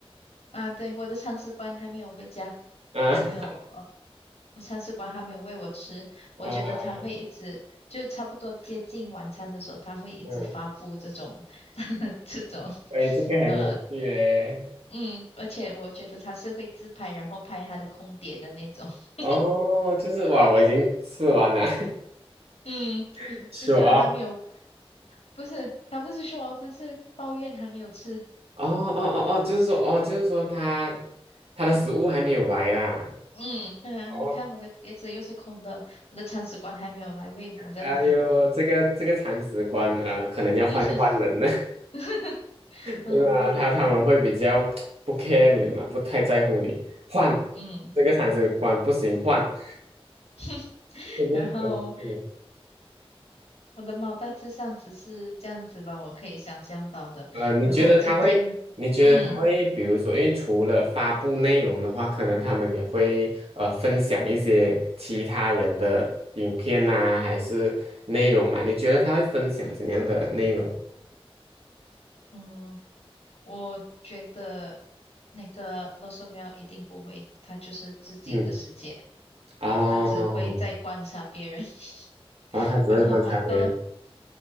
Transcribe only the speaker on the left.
啊，对，我的铲屎官还没有回家，
我还没有，
呃，我铲屎官还没有喂我吃。我觉得他会一直，
就差不多接近晚餐的时候，他会一直发布这种
<laughs> 这种，
呃，嗯，而且我觉得他是会自拍，然后拍他的空碟的那种。<laughs>
嗯，
就是还没有，
不是，他不是说他是抱怨还没有吃。
嗯，对啊，
你看我的碟子又是空的，我的铲屎官还没有来喂我，这样子。
<laughs>
嗯哼，
<laughs> 嗯，
我好
嗯
嗯，
<laughs>
然后我的猫大致上只是这样子吧，我可以想象到的。
然后我最近，
嗯
嗯，我觉得那个罗嗦喵一定不会，它就是自己的世界，
它只会在观察别人。
<laughs> 然后马豆